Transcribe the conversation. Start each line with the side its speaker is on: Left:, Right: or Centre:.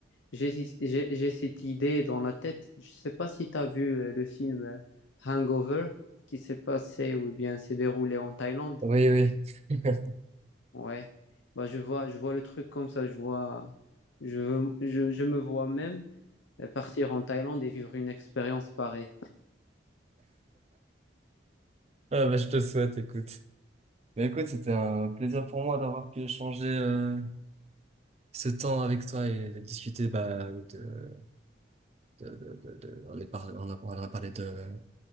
Left: j'ai j'ai- j'ai cette idée dans la tête. Je ne sais pas si tu as vu euh, le film euh, Hangover qui s'est passé ou bien s'est déroulé en Thaïlande.
Right: Oui, oui. <laughs>
Left: Ouais, bah je vois, je vois le truc comme ça, je vois, je veux- je, je me vois même euh, partir en Thaïlande et vivre une expérience pareille.
Right: Ah, bah, je te le souhaite, écoute. Bah écoute, c'était un plaisir pour moi d'avoir pu échanger euh, ce temps avec toi et de discuter bah, de, de, de, de, de- on est par- on a, on a parlé de,